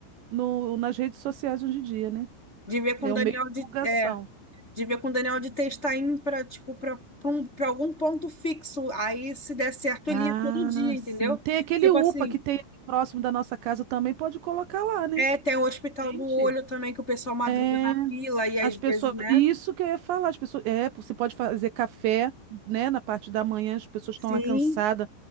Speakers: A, on the right (about 70°); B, on the left (about 20°).
A: no, nas redes sociais hoje em dia, né?
B: de ver com
A: É
B: o Daniel
A: um meio de
B: de,
A: divulgação.
B: é, de ver com o Daniel de testar em para tipo, para um, para algum ponto fixo. Aí, se der certo,
A: Ah,
B: ele ia todo dia, entendeu?
A: sim. Tem aquele
B: Tipo
A: UPA
B: assim.
A: que tem ali próximo da nossa casa também, pode colocar lá, né?
B: É, tem o Hospital
A: Gente.
B: do Olho também, que o pessoal madruga
A: É.
B: na fila e às
A: As
B: vezes,
A: pessoas,
B: né?
A: e isso que eu ia falar, as pessoas, é, você pode fazer café, né, na parte da manhã, as pessoas
B: Sim.
A: estão lá cansadas,